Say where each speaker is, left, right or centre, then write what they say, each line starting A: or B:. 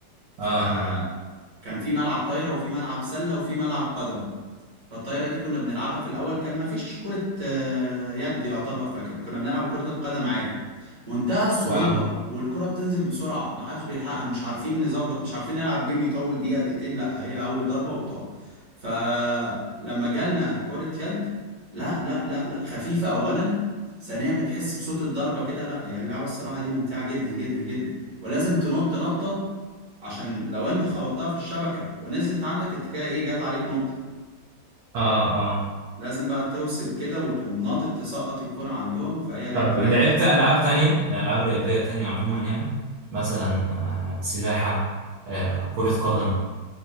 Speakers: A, on the right; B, on the right.
A: اه
B: فكان
A: اه
B: في ملعب طايرة وفي ملعب سلة وفي ملعب قدم فالطايرة دي كنا بنلعبها في الأول كان مفيش كرة آه، يد يعتبر فكنا بنلعب كرة القدم عادي منتهى الصعوبة
A: اه
B: والكرة بتنزل بسرعة محدش بيلحقها مش عارفين نظبط مش عارفين نلعب جيم يطول دقيقة دقيقتين لا هي أول ضربة وبتقع فلما جالنا كرة يد لا لا لا لا خفيفة أولا ثانيا بتحس بصوت الضربة كده لا هي اللعبة الصراحة دي ممتعة جدا جدا جدا ولازم تنط نطة عشان لو انت خبطتها في الشبكة ونزلت عندك انت كده ايه جات عليك نقطة
A: اه اه
B: لازم بقى توسب كده وتقوم ناطط تسقط الكرة عندهم فهي لعبة
A: طب
B: رايقة
A: لعبت
B: يعني.
A: ألعاب تانية ألعاب رياضية تانية عموما يعني مثلا آه سباحة آه كرة قدم